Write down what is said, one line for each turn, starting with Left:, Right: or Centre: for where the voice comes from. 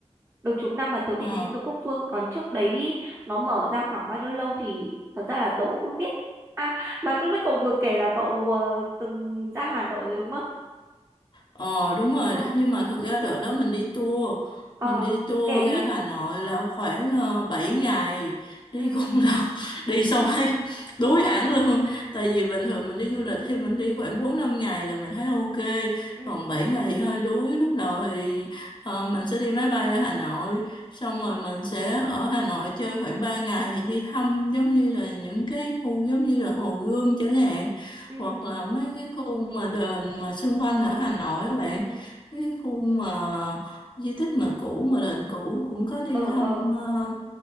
Right: Được chục năm mà tôi biết
Left: ờ
Right: đến Du Quốc Phương. Còn trước đấy nó mở ra khoảng bao nhiêu lâu thì thật ra là tôi cũng không biết. À mà lúc nãy cậu vừa kể là cậu ờ, từng ra Hà Nội rồi đúng không?
Left: Ờ đúng rồi,
Right: Ừ.
Left: đó. nhưng mà thật ra đợt đó mình đi tour,
Right: Ờ.
Left: mình đi tour
Right: Kể đi.
Left: ra Hà Nội là khoảng uh, 7 ngày, đi
Right: Ừ.
Left: cũng <laughs> lâu, đi xong thấy đuối hẳn luôn. Tại vì bình thường mình đi du lịch thì mình đi khoảng 4 5 ngày là mình thấy ok,
Right: Ừ.
Left: còn 7 ngày thì hơi đuối. Lúc đầu thì ờ, mình sẽ đi máy bay ra Hà Nội, xong
Right: Ừ.
Left: rồi mình sẽ ở Hà Nội chơi khoảng 3 ngày đi thăm giống như là những cái khu giống như là Hồ Gươm chẳng hạn
Right: Ừ.
Left: hoặc là mấy cái khu mà đền mà xung quanh ở Hà Nội các bạn
Right: Ừ.
Left: mấy cái khu mà di tích mà cũ mà đền cũ cũng có đi
Right: Ờ.
Left: thăm
Right: Ờ.
Left: ờ,